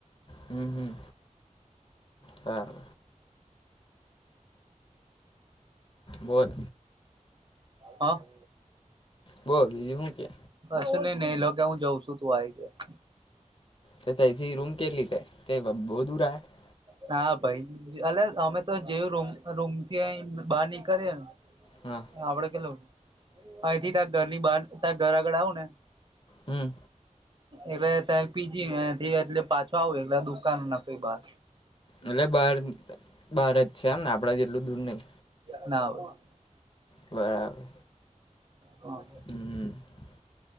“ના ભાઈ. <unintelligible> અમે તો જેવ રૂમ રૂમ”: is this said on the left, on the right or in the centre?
Right